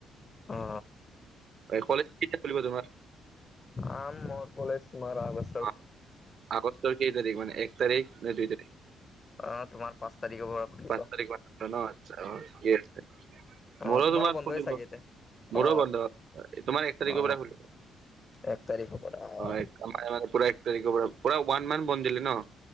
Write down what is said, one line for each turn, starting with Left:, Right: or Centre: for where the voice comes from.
Left: অ।
Right: হয় কলেজ কেইটা খুলিব তোমাৰ?
Left: আম মোৰ কলেজ তোমাৰ আগষ্ট।
Right: অঁ আগষ্টৰ কেই তাৰিখ মানে এক তাৰিখ নে দুই তাৰিখ?
Left: অ তোমাৰ পাঁচ তাৰিখ পৰা। খুলিব
Right: পাঁচ
Left: অ
Right: তাৰিখ মানৰ পৰা ন আচ্চা অ ঠিকে আছে।
Left: অ
Right: মোৰো
Left: তোমাৰো
Right: তোমাৰ
Left: বন্ধই
Right: <unintelligible>
Left: চাগে এতিয়া
Right: মোৰো
Left: অ
Right: বন্ধ তোমাৰ এক তাৰিখৰ
Left: অ
Right: পৰা খুলিব।
Left: এক তাৰিখ পৰা
Right: হয়
Left: অ।
Right: আমাৰ মানে পুৰা এক তাৰিখৰ পৰা পুৰা ওৱান মান্থ বন্ধ দিলে ন।